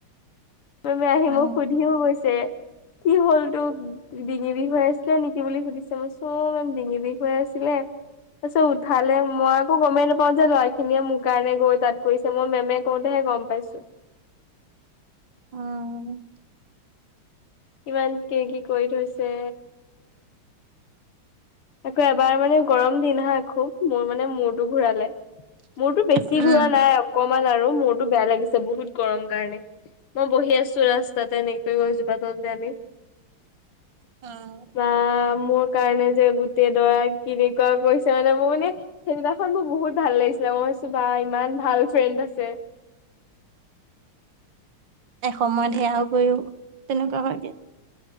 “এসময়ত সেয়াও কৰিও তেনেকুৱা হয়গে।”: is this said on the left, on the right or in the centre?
Right